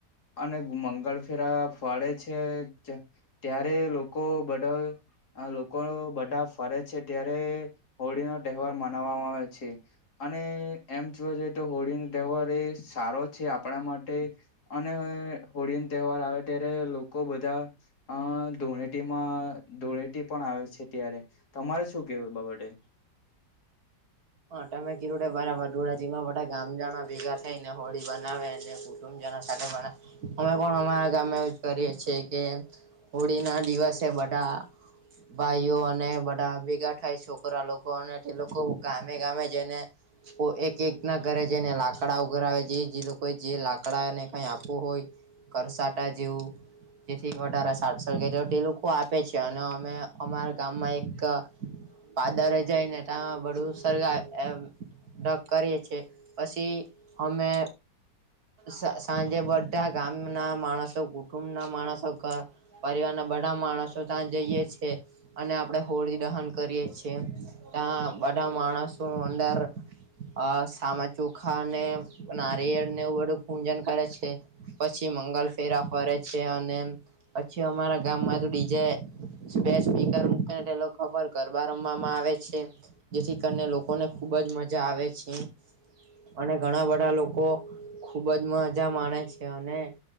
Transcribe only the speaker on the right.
હ તમે કીધું તે બરાબર ધૂળેટીમાં બધા ગામ જણા ભેગા થઈ ને હોળી બનાવે ને જણા સાથે બના, અમે પણ અમારા ગામમાં એવું જ કરીએ છીએ કે હોળીના દિવસે બધા ભાઈઓ અને બધા ભેગા થાય છોકરા લોકો અને તે લોકો ગામે ગામે જઈને ઓ એક એક ના ઘરે જઈને લાકડા ઉઘરાવે જે જે લોકો જે લાકડા ને કઈ આપવું હોય કરસાટા જેવું જેથી વધારે સારસક તે લોકો આપે છે અને અમે અમારા ગામમાં એક પાદરે જાઈ ને તા બધું સળગાવે એમ તપ કરીએ છીએ પછી અમે સ સાંજે બધા ગામના માણસો કુટુંબના માણસો ઘ પરિવારના બધા માણસો ત્યાં જઈએ છે. અને આપડે હોળી દહન કરીએ છીએ, ત્યાં બધા માણસો અંદર અ સામા ચોખાને નારિયેળને એવું બધું પૂજન કરે છે. પછી મંગલ ફેરા ફરે છે અને પછી અમારા ગામમાં તો ડીજે બે સ્પીકર મૂકે તે લોકો પર ગરબા રમવામાં આવે છે જેથી કરીને લોકોને ખૂબજ મજા આવે છે. અને ઘણા બધા લોકો ખુબજ મજા માણે છે અને